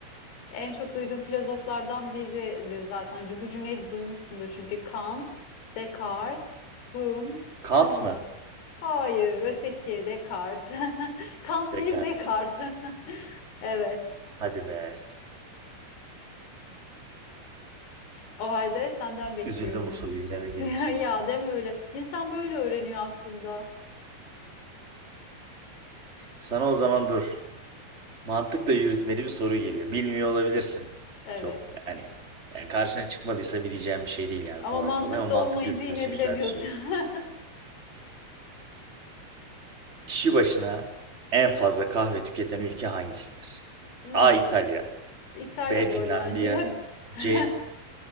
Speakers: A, on the left; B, on the right.
A: En çok duyduğum filozoflardan biridir zaten. Bu cümleyi de duymuşsundur çünkü Kant, Descartes, Hume, Spinoza.
B: Kant mı?
A: Hayır, öteki Descartes. <laughs> Kant
B: Descartes.
A: değil Descartes. <laughs> Evet.
B: Hadi be.
A: O halde senden bekliyorum.
B: Üzüldüm bu soruyu bilemediğim
A: <laughs>
B: için.
A: Ya deme öyle. İnsan böyle öğreniyor aslında.
B: Sana o zaman dur. Mantıkla yürütmeli bir soru geliyor. Bilmiyor olabilirsin.
A: Evet.
B: Çok yani e, karşına çıkmadıysa bileceğin bir şey değil yani
A: Ama
B: kolay
A: mantıkta
B: kolay ama mantık
A: olmayınca
B: yürütmesi
A: yine
B: güzel
A: bilemiyorsun.
B: bir soru.
A: <laughs>
B: Kişi başına en fazla kahve tüketen ülke hangisidir?
A: Hmm.
B: A. İtalya
A: İtalya
B: B.
A: bu
B: Finlandiya
A: arada bence. <laughs>
B: C.